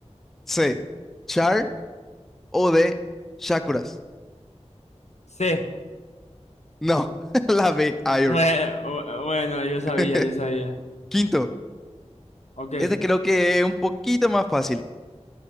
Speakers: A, in the centre; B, on the left.
A: C. Char. O D. Shakuras.
B: Sí.
A: No, <laughs> la B. Ayur.
B: Bueno, bu- bueno, yo sabía,
A: <laughs>
B: yo sabía.
A: Quinto.
B: Ok,
A: Este creo que es un poquito más fácil.